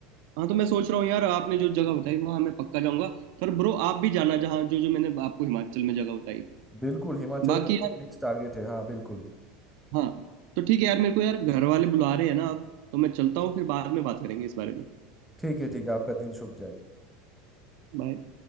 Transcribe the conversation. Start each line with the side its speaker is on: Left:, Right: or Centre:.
Right: हाँ तो मैं सोच रहा हूँ यार आपने जो जगह बताई वहाँ मैं पक्का जाऊँगा पर ब्रो आप भी जाना जहाँ जो जो मैंने आपको हिमाचल में जगह बताई
Centre: बिल्कुल हिमाचल
Right: बाकी
Centre: तो मेरा
Right: यार
Centre: नेक्स्ट टारगेट है हाँ बिल्कुल
Right: हाँ तो ठीक है यार मेरे को यार घर वाले बुला रहे हैं ना अब तो मैं चलता हूँ फिर बाद में बात करेंगे इस बारे में
Centre: ठीक है ठीक है आपका दिन शुभ जाए
Right: बाय